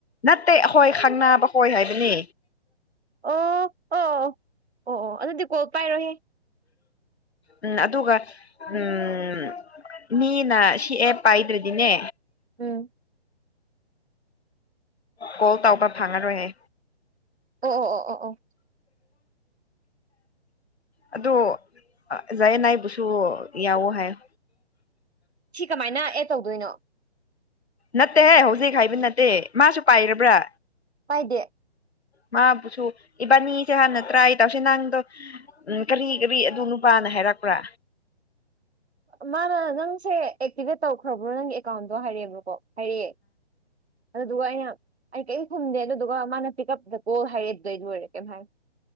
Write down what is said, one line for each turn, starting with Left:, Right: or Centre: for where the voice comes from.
Left: ꯅꯠꯇꯦ ꯑꯩꯍꯣꯏ ꯈꯪꯅꯕ ꯍꯣꯏ ꯍꯥꯏꯕꯅꯤ
Right: ꯑꯣ ꯑꯣ ꯑꯣ ꯑꯣ ꯑꯗꯨꯗꯤ ꯀꯣꯜ ꯄꯥꯏꯔꯣꯍꯦ
Left: ꯎꯝ ꯑꯗꯨꯒ ꯎꯝ ꯃꯤꯅ ꯁꯤ ꯑꯦ ꯄꯥꯏꯗ꯭ꯔꯗꯤꯅꯦ
Right: ꯎꯝ
Left: ꯀꯣꯜ ꯇꯧꯕ ꯐꯪꯉꯔꯣꯏꯍꯦ
Right: ꯑꯣ ꯑꯣ ꯑꯣ ꯑꯣ ꯑꯣ
Left: ꯑꯣ ꯖꯥꯏꯌꯦꯅ ꯅꯥꯏꯕꯨꯁꯨ ꯌꯥꯎꯑꯣ ꯍꯥꯏꯌꯣ
Right: ꯁꯤ ꯀꯃꯥꯏꯅ ꯑꯦꯗ ꯇꯧꯗꯣꯏꯅꯣ
Left: ꯅꯠꯇꯦꯍꯦ ꯍꯧꯖꯤꯛ ꯍꯥꯏꯕ ꯅꯠꯇꯦ ꯃꯥꯁꯨ ꯄꯥꯏꯔꯕ꯭ꯔꯥ
Right: ꯄꯥꯏꯗꯦ
Left: ꯃꯥꯕꯨꯁꯨ ꯏꯕꯥꯅꯤꯁꯦ ꯍꯥꯟꯅ ꯇ꯭ꯔꯥꯏ ꯇꯧꯁ ꯅꯪꯗꯣ ꯎ ꯀꯔꯤ ꯀꯔꯤ ꯑꯗꯨ ꯅꯨꯄꯥꯅ ꯍꯥꯏꯔꯛꯄ꯭ꯔꯥ
Right: ꯃꯥꯅ ꯅꯪꯁꯦ ꯑꯦꯛꯇꯤꯚꯦꯠ ꯇꯧꯈ꯭ꯔꯕ꯭ꯔꯣ ꯅꯪꯒꯤ ꯑꯦꯀꯥꯎꯟꯗꯣ ꯍꯥꯏꯔꯛꯕꯅꯣꯀꯣ ꯍꯥꯏꯔꯤꯌꯦ ꯑꯗꯨꯗꯨꯒ ꯑꯩꯅ ꯑꯩ ꯀꯔꯤꯝ ꯐꯨꯝꯗꯦ ꯑꯗꯨꯗꯨꯒ ꯃꯥꯅ ꯄꯤꯛꯄꯞꯇ ꯀꯣꯜ ꯍꯥꯏꯔꯦ ꯑꯩ ꯂꯣꯏꯔꯦ ꯀꯩꯝ ꯍꯥꯏ